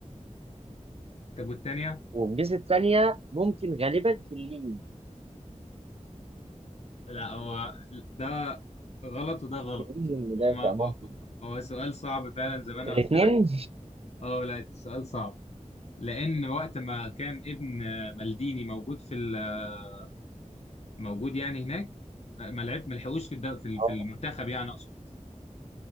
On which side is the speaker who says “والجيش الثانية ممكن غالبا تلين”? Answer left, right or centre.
Right